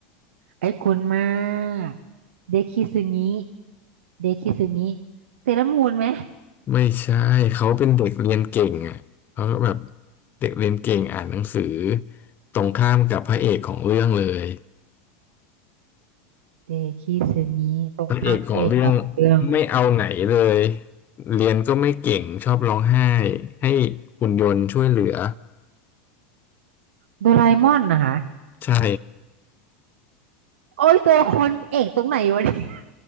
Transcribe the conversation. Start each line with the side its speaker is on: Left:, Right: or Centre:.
Right: ไอ้คุณมากเดคิซึงิเดคิซึงิเซเลอรามูนไหม
Left: ไม่ใช่เขาเป็นเด็กเรียนเก่งอ่ะเขาก็แบบเด็กเรียนเก่งอ่านหนังสือตรงข้ามกับพระเอกของเรื่องเลย
Right: เดคิซึงิตรงข้างกับพระเอกของเรื่อง
Left: พระเอกของเรื่องไม่เอาไหนเลยเรียนก็ไม่เก่งชอบร้องไห้ให้หุ่นยนต์ช่วยเหลือ
Right: โดราเอมอนนะคะ
Left: ใช่
Right: โอ้ยตัวละครเอกตรงไหนวะเนี่ย